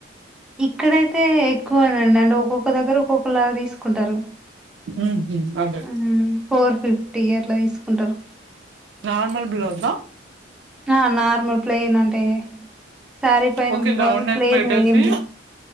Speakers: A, in the centre; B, on the right.
A: ఇక్కడ అయితే ఎక్కువై అండి అంటే ఒక్కొక్క దగ్గర ఒక్కొక్కలాగా తీసుకుంటారు
B: ఉహు అదీ
A: హ్మ్. ఫోర్ ఫిఫ్టీ అట్ల తీసుకుంటారు
B: నార్మల్ బ్లౌజ్ ఆ
A: ఆ నార్మల్ ప్లేన్ అంటే సారీ పైన
B: okay
A: blouse
B: round neck
A: plain
B: పెట్టేసి
A: ఏమి